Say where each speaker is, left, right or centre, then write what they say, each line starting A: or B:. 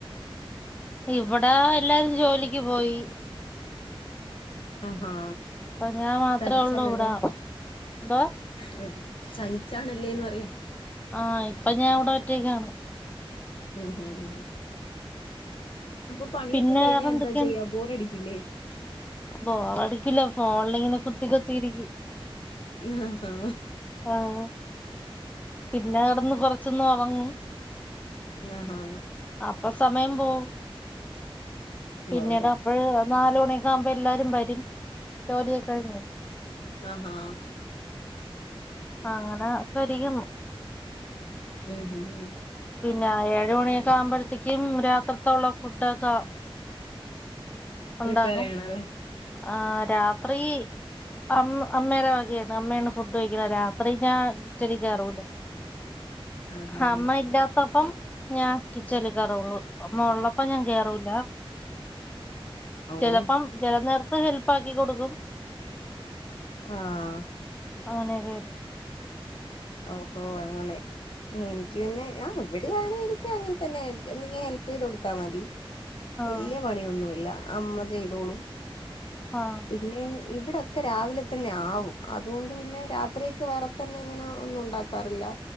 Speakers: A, on the left (about 15°); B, on the left (about 60°).
A: ഇവിടെ എല്ലാരും ജോലിക്ക് പോയി
B: ആഹാ
A: ഇപ്പ ഞാൻ മാത്ര
B: തനിച്ചാണല്ലേ
A: ഒള്ളൂ ഇവിടെ എന്തൊ
B: ഉം തനിച്ചാണല്ലേന്ന് പറയ
A: ആഹ് ഇപ്പൊ ഞാൻ ഇവിടെ ഒറ്റേക്കാണ്.
B: ഉം ഉം അപ്പ പണിയൊക്കെ
A: പിന്നെ
B: കഴിഞ്ഞ
A: വേറെ എന്തൊക്കെയാണ്
B: എന്താ ചെയ്യ ബോറടിക്കില്ലേ.
A: ബോറടിക്കില്ല ഫോണിലിങ്ങനെ കുത്തിക്കുത്തിരിക്കും.
B: ആഹ് ഹാ
A: ആഹ്പിന്നെ കെടെന്ന് കൊറച്ചൊന്ന് ഒറങ്ങും
B: ആഹ് ഹാ
A: അപ്പ സമയം പോകും പിന്നീട്
B: ഓ
A: അപ്പഴേ നാല് മണിയക്കെ ആവുമ്പോ എല്ലാരും വരും ജോലിയക്കെഴിഞ്ഞ്
B: ആഹ് ഹാ
A: അങ്ങനെ ഒക്കെരിക്കുന്നു
B: ഏ പിന്നെ
A: പിന്നെ ഏഴ് മണിയൊക്ക ആകുമ്പോഴത്തേക്കും രാത്രതുള്ള ഫുഡൊക്കെ
B: പ്രിപ്പയർ
A: ഉണ്ടാകും
B: ചെയ്യണം അല്ലേ.
A: ആഹ് രാത്രി അമ്മ അമ്മേയുടെ വകയാണ് അമ്മയണ് ഫുഡ് കഴിക്കുന്ന രാത്രി ഞാൻ കിച്ചണിൽ കേറൂല.
B: ആഹാ
A: ഹമ്മ ഇന്റ പ്പ ത്തപ്പം ഞാൻ കിച്ചണിൽ കയറുള്ളൂ അമ്മ ഉള്ളപ്പ ഞാൻ കേറൂല്ല. ചിലപ്പം
B: ഓ
A: ചില നേരത്ത് ഹെൽപ്പ് ആക്കി കൊടുക്കും
B: ആഹ
A: അങ്ങനെക്കെ ആയിരിക്കും
B: ഓഹോ അങ്ങനെ എനിക്ക് പിന്നെ ഞ ഇവര് എവിടെണങ്കി എനിക്ക് അങ്ങനെ തന്നെ എന്തെങ്ക ഹെൽപ് ചെയ്ത് കൊടുത്താ മതി
A: ആഹ്
B: വല്യ പണിയൊന്നുമില്ല അമ്മ ചെയ്തോളും
A: ആഹ
B: പിന്നെ ഇവിടെക്കെ രാവിലെ തന്നെ ആവും അതുകൊണ്ട് പിന്നെ രാത്രിയൊക്കെ വേറെ തന്നെ ഇങ്ങനെ ന്നും ഉണ്ടാക്കറില്ല